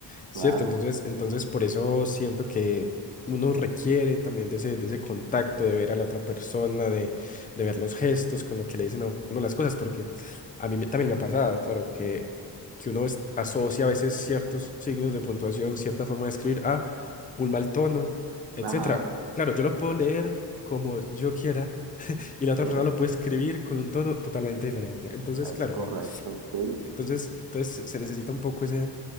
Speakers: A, on the left; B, on the right.
A: Cierto,
B: Claro,
A: entonces, entonces por eso siento que uno requiere también de ese, de ese contacto, de ver a la otra persona, de, de ver los gestos con lo que le dicen a uno las cosas, porque a mí me- también me ha pasado, claro, que, que uno es- asocia a veces ciertos signos de puntuación, cierta forma de escribir a un mal tono, etcétera.
B: ajá,
A: Claro, yo lo puedo leer como yo quiera <laughs> y la otra
B: sí,
A: persona lo puede escribir con un tono totalmente diferente. Entonces,
B: es
A: claro,
B: correcto,
A: la-
B: sí,
A: entonces, entonces se necesita un poco ese